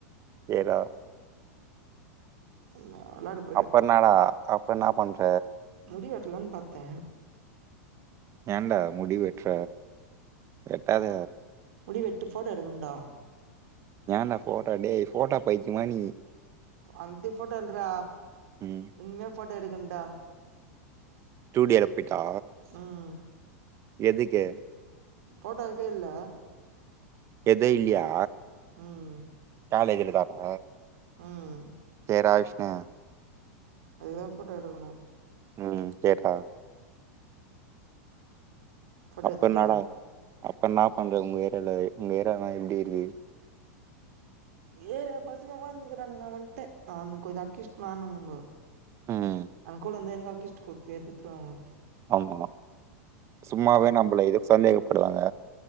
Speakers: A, on the right; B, on the right.
A: தேரா.
B: இல்ல வெளாடுப்
A: அப்பர் இன்னாடா அப்ப என்னா பண்ற.
B: முடி வெட்லான் பாத்தே
A: ஏன்டா முடி வெட்ற வெட்டாத
B: முடி வெட்டு ஃபோட்டோ எடுக்குன்டா
A: ஏன்டா ஃபோட்டோ டேய் ஃபோட்டோ பைத்தியமா நீ
B: அந்த ஃபோட்டோ இல்றா
A: ம்
B: இன் மேல் ஃபோட்டோ எடுக்குன்டா
A: ஸ்டூடியோலப் போய்ட்டா
B: ம்
A: எதுக்கு
B: போட்டோகஃபே இல்ல
A: எதே இல்லியா
B: ம் ம்
A: காலேஜூல இதாதா
B: ம்
A: ஜெயரா விஷ்ணே
B: அதுகுதா ஃபோட்டோ எடுகுணு
A: ம் கேட்டா
B: ஃபோட்டோ
A: அப்ப
B: எடுத்துட்டு
A: இன்னடா அப்ப நா பண்ற உங்க ஏரியால உங்க ஏரியானா எப்டி இருகு
B: ஏரியா பசங்க உக்கான்னுகிறானுங்க நா வன்ட்ட அவுனுக்கு கொஞ்ச அக்யூஸ்ட் நானும்ங்கோ
A: ம்.
B: அவுனுங் கூட இந்தா எனுகு அக்யூஸ்ட் குடுத் பேர் குத்துருவாங்கோ
A: ஆமா சும்மாவே நம்ள இது சந்தேகப்படுவாங்க